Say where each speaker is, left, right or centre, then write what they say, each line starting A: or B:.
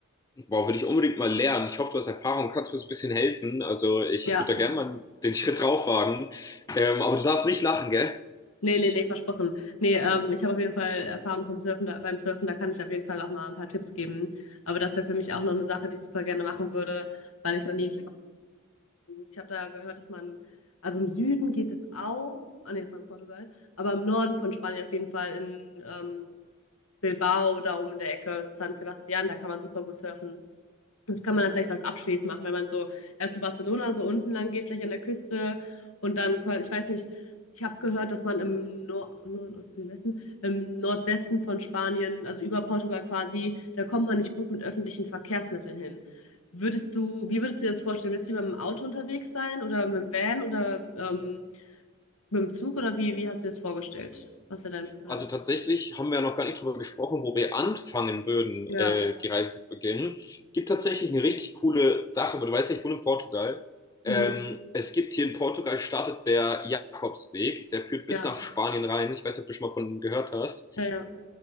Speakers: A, on the left (about 15°); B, on the left (about 80°).
A: Wow, will ich unbedingt mal lernen. Ich hoffe, du hast Erfahrung, kannst mir so ein bisschen helfen. Also ich
B: Ja,
A: würde da gerne mal den Schritt drauf wagen. Ähm, aber du darfst nicht lachen, gell?
B: nee, nee, nee, versprochen. Nee, ähm, ich habe auf jeden Fall Erfahrung vom Surfen, da, beim Surfen, da kann ich auf jeden Fall auch mal ein paar Tipps geben. Aber das wäre für mich auch noch eine Sache, die ich super gerne machen würde, weil ich noch nie. Ich habe da gehört, dass man, also im Süden geht es auch, ah nee, es war in Portugal, aber im Norden von Spanien auf jeden Fall in ähm, Bilbao, da oben in der Ecke, San Sebastian, da kann man super gut surfen. Das kann man dann vielleicht so als Abstieß machen, wenn man so erst zu Barcelona so unten lang geht, vielleicht an der Küste und dann, quasi- ich weiß nicht, ich habe gehört, dass man im Nor Nord Osten, Südwesten, im Nordwesten von Spanien, also über Portugal quasi, da kommt man nicht gut mit öffentlichen Verkehrsmitteln hin. Würdest du, wie würdest du dir das vorstellen? Willst du lieber mit dem Auto unterwegs sein oder mit dem Van oder ähm, mit dem Zug oder wie, wie hast du dir das vorgestellt? Was wäre deine Präferenz?
A: Also tatsächlich haben wir ja noch gar nicht drüber gesprochen, wo wir anfangen würden,
B: Ja.
A: äh, die Reise zu beginnen. Es gibt tatsächlich eine richtig coole Sache, aber du weißt ja, ich wohne in Portugal. Ähm,
B: Mhm.
A: es gibt hier in Portugal startet der Jakobsweg, der führt bis
B: Ja.
A: nach Spanien rein. Ich weiß nicht, ob du schon mal von ihm gehört hast.
B: Ja, ja.